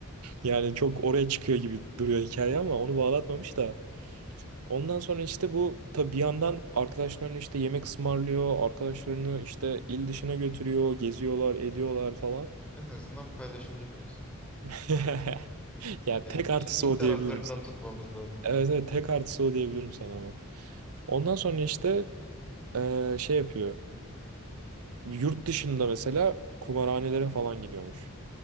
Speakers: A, on the right; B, in the centre.
A: Yani çok oraya çıkıyor gibi duruyor hikaye ama onu bağlatmamış da. Ondan sonra işte bu tabii bir yandan arkadaşlarını işte yemek ısmarlıyor. Arkadaşlarını işte il dışına götürüyor. Geziyorlar, ediyorlar falan.
B: En azından paylaşımcı biraz.
A: <laughs> <laughs> Yani
B: Yani
A: tek artısı
B: bir iyi
A: o
B: taraflarından
A: diyebilirim sana.
B: tutmamız lazım.
A: Evet evet tek artısı o diyebilirim sana ama. Ondan sonra işte eee, şey yapıyor. Yurt dışında mesela kumarhanelere falan gidiyormuş.